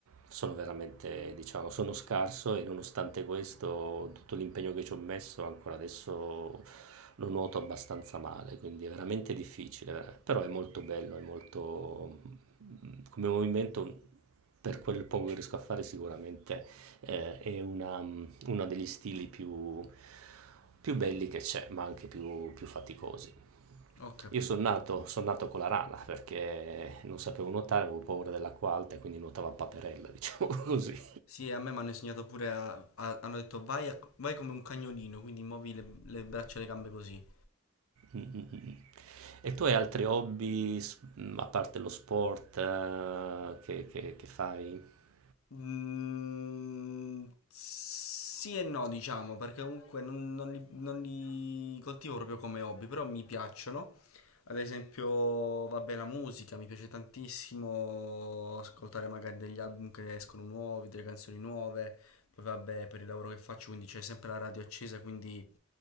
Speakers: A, on the right; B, on the left.
A: sono veramente diciamo, sono scarso e nonostante questo tutto l'impegno che ci ho messo ancora adesso lo nuoto abbastanza male, quindi è veramente difficile, vera però è molto bello, è molto mhmm, come movimento per quel poco che riesco a fare sicuramente, ehm, è una mhmm, uno degli stili più più belli che c'è, ma anche più più faticosi.
B: Ho capito.
A: Io sono nato, son nato con la rana perché non sapevo nuotare, avevo paura dell'acqua alta e quindi nuotavo a paperella, diciamo <laughs> così.
B: Sì, a me mi hanno insegnato pure a, a- hanno detto vai, a- vai come un cagnolino, quindi muovi le, le braccia e le gambe così.
A: Mm, mm, mm. E tu hai altri hobby s- mm, a parte lo sport eh, che, che- che fai? <laughs>
B: Mm, sì e no, diciamo, perché comunque non, non li, non li coltivo proprio come hobby, però mi piacciono. Ad esempio, vabbè, la musica mi piace tantissimo ascoltare magari degli album che escono nuovi, delle canzoni nuove. Poi vabbè, per il lavoro che faccio, quindi c'è sempre la radio accesa, quindi